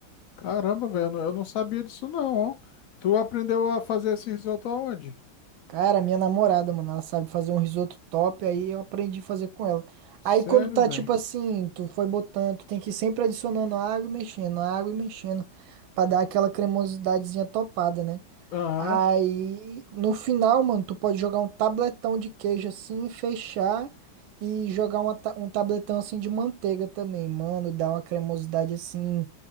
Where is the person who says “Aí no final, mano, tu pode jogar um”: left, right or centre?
Right